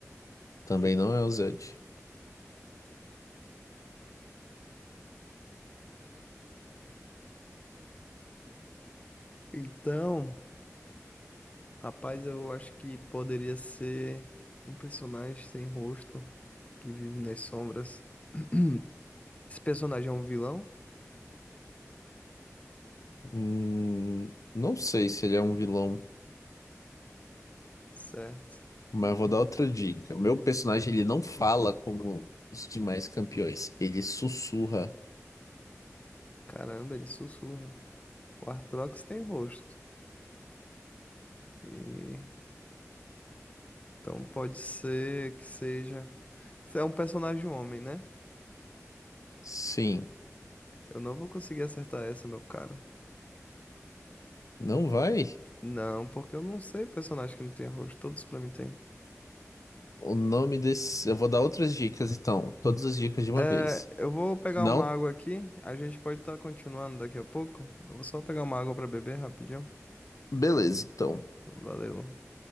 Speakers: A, on the left; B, on the left.
A: Também não é o Zed.
B: Então, rapaz, eu acho que poderia ser um personagem sem rosto que vive nas sombras. <clears throat> Esse personagem é um vilão?
A: Hum, não sei se ele é um vilão,
B: Certo.
A: mas vou dar outra dica. Meu personagem, ele não fala como os demais campeões. Ele sussurra.
B: Caramba, ele sussurra. O Arthrox tem rosto. E então pode ser que seja. Você é um personagem homem, né?
A: Sim.
B: Eu não vou conseguir acertar essa, meu caro.
A: Não vai?
B: Não, porque eu não sei personagem que não tem rosto. Todos pra mim tem.
A: O nome desse. Eu vou dar outras dicas, então. Todas as dicas de uma
B: É,
A: vez.
B: eu vou pegar
A: Não?
B: uma água aqui. A gente pode estar continuando daqui a pouco. Eu vou só pegar uma água pra beber rapidinho.
A: Beleza, então.
B: Valeu.